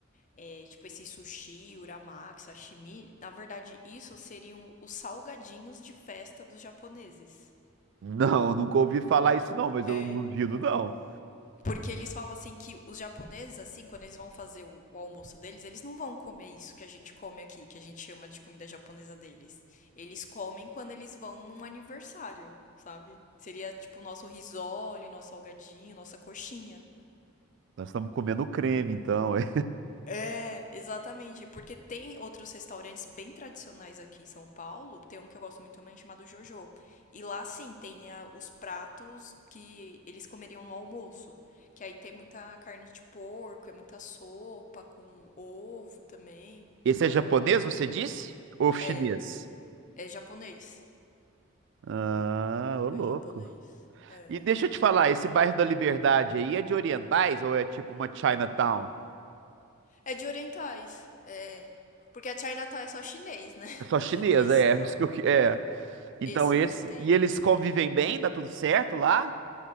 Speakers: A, on the left; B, on the right.
A: é, tipo esse sushi, uramaki, sashimi, na verdade isso seriam os salgadinhos de festa dos japoneses.
B: Não, nunca ouvi falar isso não, mas eu
A: É,
B: não duvido não.
A: Porque eles falam assim que os japoneses, assim, quando eles vão fazer o, o almoço deles, eles não vão comer isso que a gente come aqui, que a gente chama de comida japonesa deles. Eles comem quando eles vão num aniversário, sabe? Seria tipo o nosso risole, nosso salgadinho, nossa coxinha.
B: Nós estamos comendo creme, então. é.
A: É, exatamente, porque tem outros restaurantes bem tradicionais aqui em São Paulo, tem um que eu gosto muito também chamado Jojo. E lá sim, tem ah, os pratos que eles comeriam no almoço, que aí tem muita carne de porco, é muita sopa com ovo também.
B: <laughs> Esse é japonês, você disse? Ou chinês?
A: É, é japonês.
B: Ah, ô louco.
A: É japonês. É.
B: E deixa eu te falar, esse bairro da Liberdade aí é de orientais ou é tipo uma Chinatown?
A: É de orientais. É. Porque a Chinatown é só chinês, né?
B: É só chinesa,
A: <laughs> Esse
B: é,
A: não.
B: isso que eu, que- é. Então
A: Esse
B: esse,
A: não tem
B: e eles convivem bem, dá tudo certo lá?